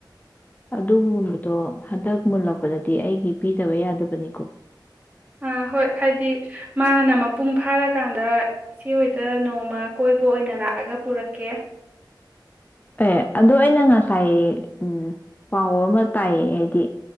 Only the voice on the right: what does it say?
ꯑꯥ ꯍꯣꯏ ꯍꯥꯏꯗꯤ ꯃꯥꯅ ꯃꯄꯨꯡ ꯐꯥꯔꯀꯥꯟꯗ ꯏꯆꯦ ꯍꯣꯏꯗ ꯅꯣꯡꯃ ꯀꯣꯏꯕ ꯑꯣꯏꯅ ꯂꯥꯛꯑꯒ ꯄꯨꯔꯛꯀꯦ꯫